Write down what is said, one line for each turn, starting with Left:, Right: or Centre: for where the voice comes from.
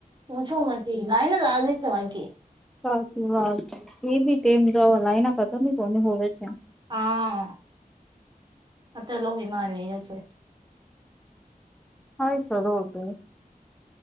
Right: પુંછો મ લાઈને લાગે ને વાઘરી છે વાકી.
Centre: સાચી વાત છે એ બીતેમ તો લાઈના ખતમ ની કોની હોવે છે.
Right: હા અત લોકો બીમાર રેવે છે.
Centre: <inaudible>